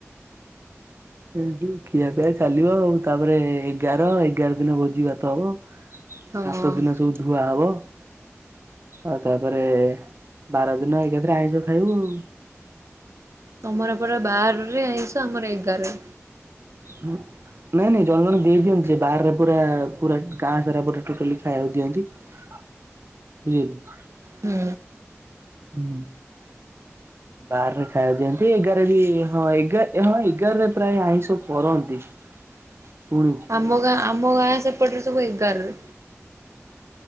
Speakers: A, on the right; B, on the right.
A: ଏଇଠୁ ଖିଆପିଆ ଚାଲିବ ଆଉ ତାପରେ ଏଗାର ଏଗାର ଦିନ ଭୋଜି ଭାତ ହବ।
B: ହଁ।
A: ସାତ ଦିନ ସବୁ ଧୁଆ ହବ। ଆଉ ତାପରେ ବାର ଦିନ ଏକାଥି୍ରେ ଆଇଁଷ ଖାଇବୁ ଆଉ।
B: ତମର ପରା ବାରରେ ଆଇଁଷ ଆମର ଏଗାରରେ।
A: ହୁଁ। ନାଇଁ ନାଇଁ ଜଣେ ଜଣେ ଦେଇ ଦିଅନ୍ତି ଯେ ବାହାରରେ ପୁରା ପୁରା ଗାଁ ସାରା ପୁରା ଟୋଟାଲି ଖାଇବାକୁ ଦିଅନ୍ତି। ବୁଝିଲୁ।
B: ହୁଁ।
A: ହୁଁ। ବାରରେ ଖାଇବାକୁ ଦିଅନ୍ତି ଏଗାର ବି ହଁ ଏଗାର ହଁ ଏଗାରରେ ପ୍ରାୟ ଆଇଁଷ କରନ୍ତି। ପୁଣି
B: ଆମ ଗାଁ ଆମ ଗାଁ ସେପଟରେ ସବୁ ଏଗାରରେ।